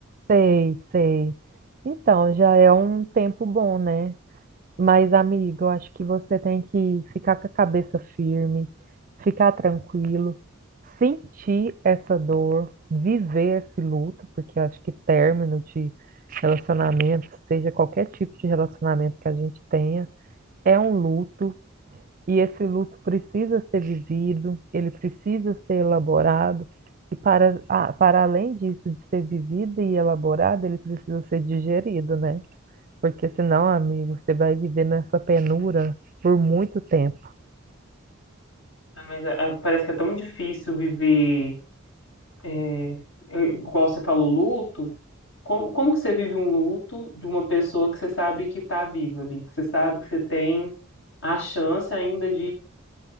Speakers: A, on the right; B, on the left.
A: Sei, sei. Então, já é um tempo bom, né? Mas, amigo, eu acho que você tem que ficar com a cabeça firme, ficar tranquilo, sentir essa dor, viver esse luto, porque eu acho que término de relacionamento, seja qualquer tipo de relacionamento que a gente tenha, é um luto. E esse luto precisa ser vivido, ele precisa ser elaborado, e para, a- para além disso, de ser vivido e elaborado, ele precisa ser digerido, né? Porque senão, amigo, você vai viver nessa penura por muito tempo.
B: Ah, Mas ah, parece que é tão difícil viver, eh, igual você falou, luto. Como, como que você vive um luto de uma pessoa que você sabe que está viva ali, que você sabe que você tem a chance ainda